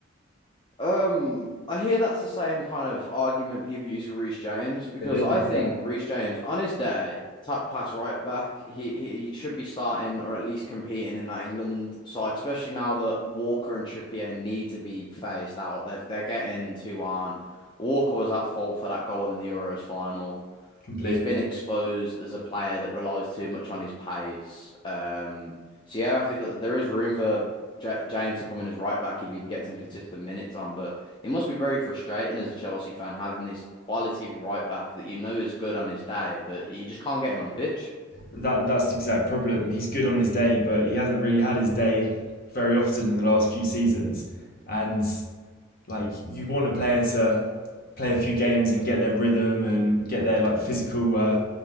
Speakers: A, on the left (about 20°); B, on the left (about 45°).
A: Um, I hear that's the same kind of argument people use for Reece James because
B: It is,
A: I think
B: yeah.
A: Reece James, on his day, top class right back, he he should be starting or at least competing in that England side, especially now that Walker and Trippier need to be phased out. They've they're getting too on. Walker was at fault for that goal in the Euros final
B: completely.
A: he's been exposed as a player that relies too much on his pace. Um, so yeah, I think that there is room for J James to come in as right back if he can get some consistent minutes on. But it must be very frustrating as a Chelsea fan having this quality right back that you know is good on his day, but you just can't get him on the pitch.
B: That that's the exact problem. He's good on his day, but he hasn't really had his day very often in the last few seasons. And like you want a player to play a few games and get their rhythm and get their like physical uh,